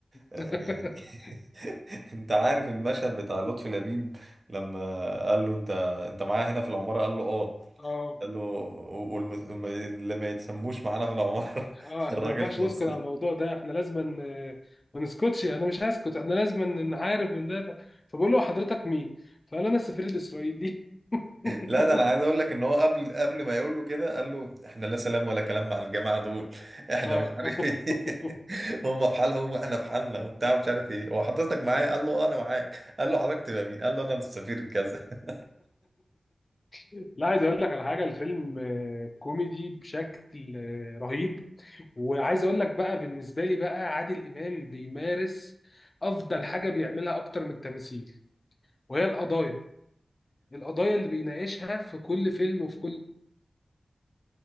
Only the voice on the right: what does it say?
آه،
يعني <laughs> انت عارف المشهد بتاع لطفي لبيب لما قال له انت انت معايا هنا في العمارة قال له اه
قال له واللي ما يتسموش معانا في العمارة <laughs>
الراجل
فصل
لا ده انا عايز اقول لك ان هو قبل قبل ما يقول له كده قال له احنا لا سلام ولا كلام مع الجماعة دول <laughs> احنا
مش عارف
ايه <laughs> هم في حالهم واحنا في حالنا وبتاع مش عارف ايه هو حضرتك معايا
قال له اه انا معاك قال له حضرتك تبقى مين قال له انا السفير الكذا <laughs>